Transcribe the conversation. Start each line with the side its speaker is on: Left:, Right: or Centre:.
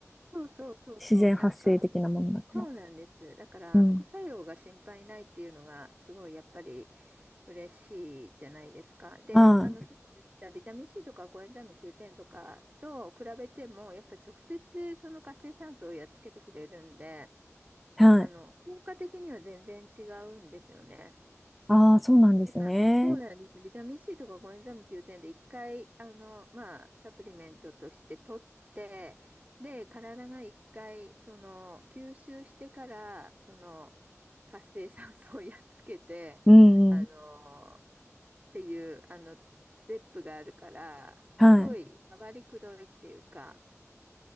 Right: そうそうそうそう、
Centre: 自然発生的なものだから。
Right: なんか、そうなんです。だから、
Centre: うん。
Right: 副作用が心配ないっていうのが、すごいやっぱり嬉しいじゃないですか。で、
Centre: あ
Right: あの、さっき言ったビタミン C とかコエンザイム Q10 とかと比べても、やっぱ直接その活性酸素をやっつけてくれるんで、
Centre: あ、はい。
Right: あの、効果的には全然違うんですよね。
Centre: ああ、そうなんですね。
Right: やっぱ、そうなんです。ビタミン C とかコエンザイム Q10 で一回、あの、まあ、サプリメントとして取って、で、体が一回、その、吸収してから、その、活性酸素をやっつけて、
Centre: うんうん。
Right: あの、っていう、あの、ステップがあるから、
Centre: はい。
Right: すごい、回りくどいっていうか、